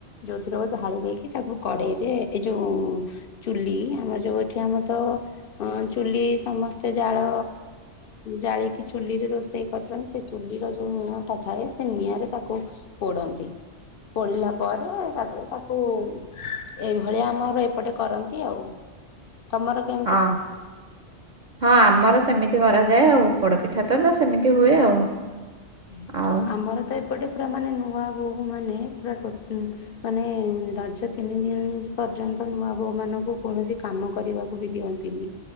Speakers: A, on the left; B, on the right.
A: ଯୋଉଥିରେ ଉ ଢାଳି ଦେଇକି ତାକୁ କଡେଇରେ ଏଇ ଯୋଉ ଚୁଲି ଆମର ଯୋଉ ଏଠି ଆମର ତ ହଁ ଚୁଲି ସମସ୍ତେ ଜାଳ ଜାଳିକି ଚୁଲି ରେ ରୋଷେଇ। କରଚନ୍ତି ସେ ଚୁଲିର ଯୋଉ ନିଆଁ ଟା ଥାଏ ସେ ନିଆଁ ରେ ତାକୁ ପୋଡନ୍ତି। ପୋଡିଲା ପରେ ତାପରେ ତାକୁ ଏଇଭଳିଆ ଆମର ଏପଟେ କରନ୍ତି ଆଉ। ତମର କେ
B: ହଁ। ହଁ ଆମର ସେମିତି କରାଯାଏ ଆଉ ପୋଡପିଠା ତ ସେମିତି ହୁଏ ଆଉ।
A: ହ
B: ଆଉ
A: ଆମର ତ ଏପଟେ ପୁରା ମାନେ ନୂଆ। ବୋହୁ ମାନେ ପୁରା ଟୋ ଉ ମାନେ ରଜ ତିନି ଦିନ ପର୍ଯ୍ୟନ୍ତ ନୂଆ ବୋଉ ମାନଙ୍କୁ କୌଣସି କାମ କରିବାକୁ ବି ଦିଅନ୍ତିନି।